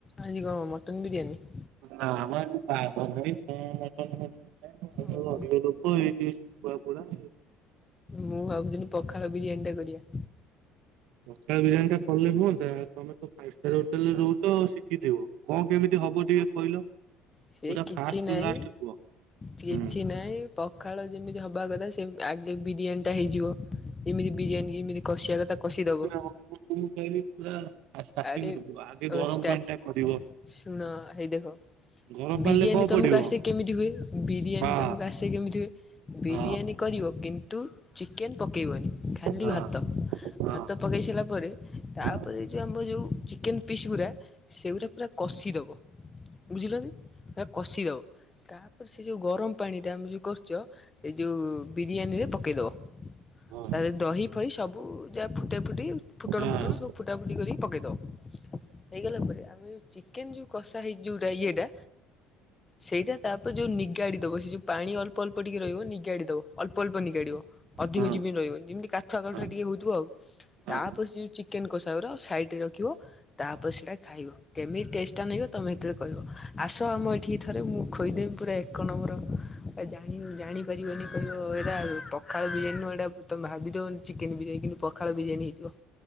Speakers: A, on the left; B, on the right.
A: ଆଜି କଣ ମଟନ ବିରିୟାନୀ।
B: ନା ମ ଆଜି ବାର ନାହିଁ। ମଟନ ଆ <unintelligible>
A: ଓହୋ
B: ଏଇ ଟିକେ ଶୁଖୁଆ ପୋଡା।
A: ମୁଁ ଭାବୁଥିଲି ପଖାଳ ବିରିୟାନୀ ଟା କରିବା।
B: ପଖାଳ ବିରିୟାନୀ ଟା କଲେ ହୁଅନ୍ତା ଆଉ ତମେ ତ ଫାଇବ ଷ୍ଟାର ହୋଟେଲ ରେ ରହୁଚ। ଚ ଶିଖିଥିବ କଣ କେମିତି ହବ ଟିକେ କହିଲ।
A: ସେଇ
B: ପୁରା
A: କିଛି
B: ଫାଷ୍ଟରୁ
A: ନାଇଁ
B: ଲାଷ୍ଟ କୁହ ହୁଁ।
A: କିଛି ନହିଁ। ପଖାଳ ଯେମିତି ହବା କଥା ସେମି ଆଗେ ବିରିୟାନୀ ଟା ହେଇଯିବ। ଯେମିତି ବିରିୟାନୀ ଯେମିତି କଷିବା କଥା କଷିଦବ।
B: <unintelligible> ହେବି ପୁରା ଷ୍ଟାର୍ଟିଂରୁ
A: ଆରେ
B: କୁହ ଆଗେ ଗରମ
A: ଷ୍ଟା
B: ପାଣି ଟା କରିବ
A: ଶୁଣ ହେଇ ଦେଖ
B: ଗରମ ପାଣିରେ
A: ବିରିୟାନୀ
B: କଣ ପଡିବ
A: ତମକୁ ଆସେ କେମିତି ହୁଏ ବିରିୟାନୀ
B: ହଁ
A: ତମକୁ ଆସେ କେମିତି ହୁଏ। ବିରିୟାନୀ
B: ହଁ
A: କରିବ କିନ୍ତୁ ଚିକେନ ପକେଇବନି ଖାଲି
B: ହଁ
A: ଭାତ।
B: ହଁ ହଁ
A: ଭାତ ପକେଇ ସାରିଲା ପରେ ତାପରେ।
B: ହଁ
A: ଆମର ଯୋଉ ଚିକେନ ପିସ୍ ଗୁଡା ସେଗୁଡା ପୁରା କଷ ସି ଦବ ବୁଝିଲ କି ପୁରା କସି ଦବ ତା ପରେ ସେ ଯୋଉ ଗରମ। ପାଣି ଟା ଆମେ ଯୋଉ କରୁଛ ଏଇ ଯୋଉ ବିରିୟାନୀ ରେ ପକେଇଦବ।
B: ହଁ ହଁ
A: ତା ଦିଏରେ ଦହି ଫହି ସବୁ ଯାହା ଫୁଟା ଫୁଟି
B: ହଁ
A: ଫୁଟଣ ଫୁଟଣ ସବୁ ଫୁଟ ଫୁଟା ଫୁଟି କରି ପକେଇ ଦବ ହେଇଗଲା ପରେ ଆମେ ଯୋଉ ଚିକେନ ଯୋଉ କସା ହେଇଚି ଯୋଉ। ତା ଇଏଟା। ସେଇଟା ତାପରେ ଯୋଉ ନିଗାଡି ଦବ ସେ ଯୋଉ ପାଣି ଅଳ୍ପ ଅଳ୍ପ ଟିକେ ରହିବ ନିଗାଡି ଦବ। ଅଳ୍ପ ଅଳ୍ପ ନିିଗାଡିବ ଅଧିକ
B: ହଁ
A: ଯମି ରହିବ ଯେମିତି କାଠୁଆ କାଠୁଆ
B: ହଁ
A: ଟିକେ ହଉଥିବ
B: ହଁ
A: ତା ପରେ ସେ ଯୋଉ ଚିକ ଚିକେନ୍ କୋଷାଗୁରା ସାଇଟ ରେ ରଖିବ ତାପରେ ସେଇଟା ଖାଇବ। କେମିତି ଟେଷ୍ଟ ଟା ନାଗିବ ତମେ ସେତେବେଳେ କହିବ ଆସ ଆମ ଏଠିକି ଥରେ ମୁଁ ଖୋଇଦେମି ପୁରା ଏକ ନମ୍ବର ପୁରା ଜାଣି ଜାଣିପାରିବନି କହିବ ଏଇଟା ପଖାଳ ବିରିୟାନ ନୁଅ ଏଇଟା। ତମେ ଭାବିିଦବ ଚିକେନ ବିରିୟାନି କିନ୍ତୁ ପଖାଳ ବିରିୟାନୀ ହେଇଥିବ।